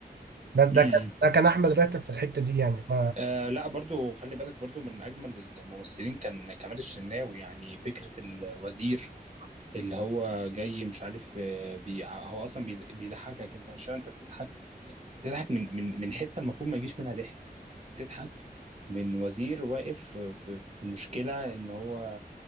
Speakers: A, on the right; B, on the right.
A: بس ده
B: امم
A: كان ده كان احمد راتب في الحتة دي يعني ف
B: آه لا برضو خلي بالك برضو من أجمل الممثلين كان كمال الشناوي يعني فكرة الوزير اللي هو جاي مش عارف آه، بي هو أصلا بيض- بيضحكك أنت مش فاهم أنت بتضحك بتضحك من من من حته المفروض ما يجيش منها ضحك يعني انت بتضحك من وزير واقف في في في مشكله ان هو